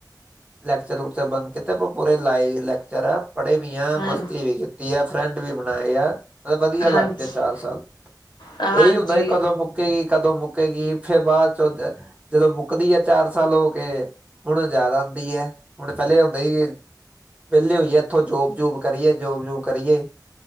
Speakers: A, on the right (about 20°); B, on the left (about 80°).
A: ਲੈਕਚਰ ਲੁਕਚਰ ਬੰਦ ਕੀਤਾ ਆਪ ਪੂਰੇ ਲਾਈਵ ਲੈਕਚਰ ਆ ਪੜ੍ਹੇ ਵੀ ਆ
B: ਹਾਂ
A: ਮਸਤੀ ਵੀ ਕੀਤੀ ਆ ਫਰੈਂਡ ਵੀ ਬਣਾਏ ਆ ਬ ਵਧੀਆ ਲੱਗ
B: ਹਾਂਜੀ
A: ਜਾ ਚਾਰ ਸਾਲ
B: ਹਾਂਜੀ,
A: ਇਹੀ ਹੁੰਦਾ ਕਦੋਂ ਮੁ ਮੁੱਕੇਗੀ ਕਦੋਂ ਮੁੱਕੇਗੀ ਫੇਿਰ ਬਾਅਦ ਚੋਂ ਜਦੋਂ ਮੁੱਕਦੀ ਆ ਚਾਰ ਸਾਲ ਹੋ ਕੇ ਹੁਣ ਜ਼ਿਆਦਾ ਹੁੰਦੀ ਹੈ ਹੁਣ ਇਕਹਿਲੇ ਹੁੰਦਾ ਸੀ ਕਿ ਵਿਹਲੇ ਹੋਈਏ ਇੱਥੋਂ ਜੋਬ ਜੋੂਬ ਕਰੀਏ ਜੋਬ ਜੋੂਬ ਕਰੀਏ